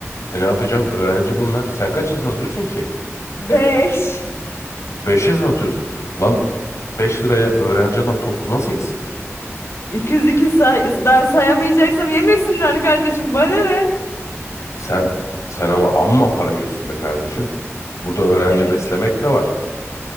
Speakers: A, on the left; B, on the left.
A: E ne yapacağım? Öğrenci bunlar. Sen kaça satıyorsun ki?
B: beş
A: Beşe satıyorsun. Ulan 5 liraya öğrenci adam tostu nasıl yesin?
B: <laughs> iki yüz iki say. Ben sayamayacaksam yemesinler kardeşim. Bana ne?
A: Sen sen ama amma para görsün be kardeşim. Burada öğrenci
B: Evet.
A: beslemek de var.